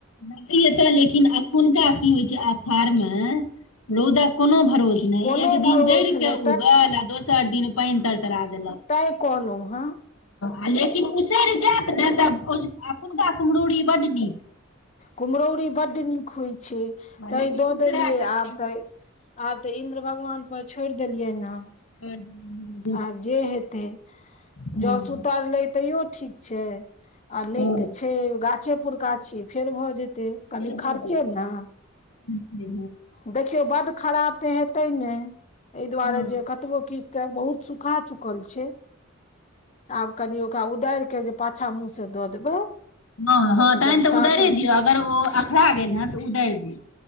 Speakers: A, on the left; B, on the left.
A: नहि एतऽ लेकिन एखुनका की होय छै आषाढ़ मे रौदक कोनो भरोस नहि
B: कोनो
A: एक
B: भरोस
A: दिन जड़ि के
B: नहि
A: उगल आ दोसर दिन पानि तरतरा देलक
B: ताहि कहलौ हँ
A: ह लेकिन उसरि जायत ने तऽ अखुनका कुम्हरौरी बड नीक
B: कुम्हरौरी बड्ड नीक होय छै
A: हँ,
B: तै
A: लेकिन
B: दऽ
A: उसरय
B: देलियै
A: तखन
B: आब तऽ आब तऽ इन्द्र भगवान पर छोड़ि देलियै हँ
A: <inaudible>
B: आब जे हेतैय
A: हँ
B: जाव सुतरले तैयो ठीक छै आ नहि
A: हँ
B: तऽ छै से गाछे पुुरका छै फेर भऽ जे कनि
A: फेर भऽ
B: खर्चे नऽ
A: जेतै
B: देख देखियौ बड खराब ते हेते नैय एहि दुआरे
A: हँ
B: जे कतबो किछ तऽ बहुत सुखा चुकल छै आब कनि ओकरा उदार के जे पाछा मुँह सँ दऽ देबै
A: हँ हँ
B: एकदम
A: तहन तऽ
B: टाट
A: उदाइरे दियौ अगर ओ अखरा गेल हँ तऽ उदाहर दियौ